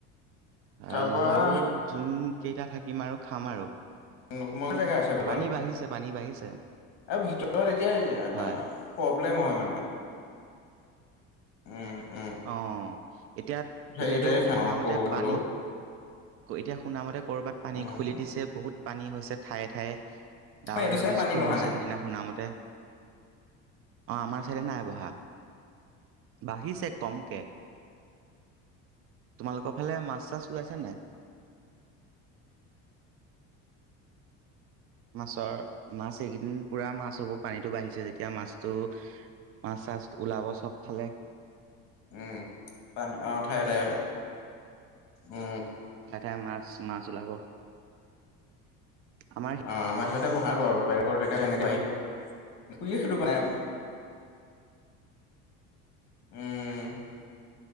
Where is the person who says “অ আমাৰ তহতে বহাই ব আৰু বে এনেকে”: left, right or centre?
Left